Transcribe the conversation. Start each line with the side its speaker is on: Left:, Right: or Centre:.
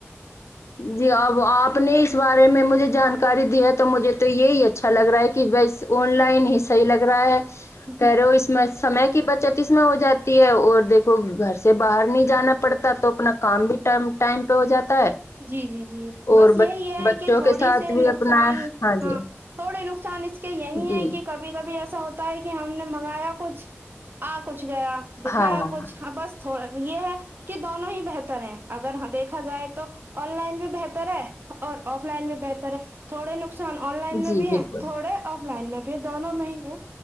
Left: جی اب آپ نے اس بارے میں مجھے جانکاری دی ہے تو مجھے تو یہی اچا اچھا لگ رہا ہے کہ بس آن لائن ہی صحیح لگ رہا ہے
Right: ہے
Left: کہہ رہے ہو اس میں سمے کی بچت اس میں ہو جاتی ہے اور دیکھو گھر سے باہر نہیں جانا پڑتا تو اپنا کام بھی ٹم ٹائم پہ ہو جاتا ہے
Right: جی جی جی
Left: اور
Right: بس یہی
Left: بچ-
Right: یہ ہے
Left: بچوں
Right: کہ تھوڑی
Left: کے ساتھ
Right: سی
Left: بھی
Right: نقصان
Left: اپنا
Right: ہاں
Left: جی
Right: تھوڑے نقصان اس کے یہیں
Left: جی
Right: ہے کہ کبھی کبھی ایسا ایسا ہوتا ہے کہ ہم نے منگایا کچھ آ کچھ گیا دکھایا
Left: ہاں ہاں
Right: کچھ ہا بس تھو یہ ہے کہ دونوں ہی بہتر ہیں اگر ہا دیکھا جائے تو آن لائن بھی بہتر ہے اور آف لائن بھی بہتر ہے تھوڑے نقص ان آن لائن میں
Left: جی
Right: بھی ہے
Left: بالکل
Right: تھوڑے آف لائن میں بھی ہے دونوں میں ہی ہے